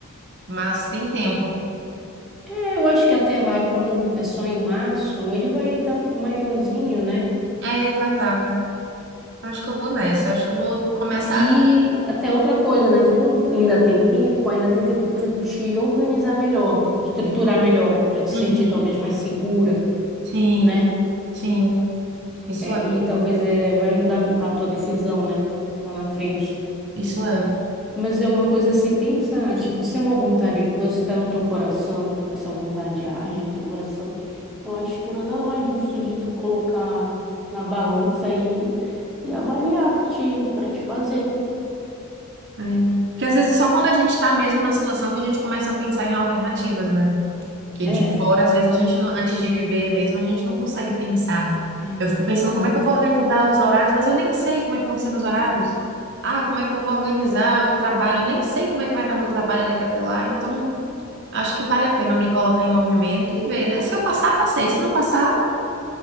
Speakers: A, on the right; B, in the centre.
A: mas tem tempo.
B: É, eu acho que até lá, como é só em março, ele vai estar maiorzinho, né?
A: É, vai estar. Tá. Acho que eu vou nessa, acho que eu vou começar.
B: E
A: assim.
B: até outra coisa, né? Como ainda tem tempo, ainda tem tempo de tu te organizar melhor, estruturar melhor, para te sentir
A: Uhum.
B: talvez mais segura,
A: Sim.
B: né?
A: Sim, isso
B: É,
A: é,
B: e talvez é, vai ajudar a tua decisão, né? Lá na frente.
A: isso é.
B: Mas é uma coisa a se pensar, tipo, se é uma vontade tua, se está no teu coração, essa vontade arde no teu coração, eu acho que nada mais justo de tu colocar na balança aí e avaliar para te, para te fazer.
A: É. Porque às vezes só quando a gente está mesmo na situação que a gente começa a pensar em alternativas, né? Porque
B: É,
A: de fora, às vezes, a gente, não- antes de viver mesmo, a gente não consegue pensar.
B: é,
A: Eu fico pensando
B: ah,
A: como é que eu vou organizar os horários, mas eu nem sei como é que vão ser meus horários. Ah, como é que eu vou organizar o trabalho? Eu nem sei como é que vai estar meu trabalho daqui até lá. Então, acho que vale a pena me colocar em movimento e ver, né? Se eu passar, passei. Se não passar,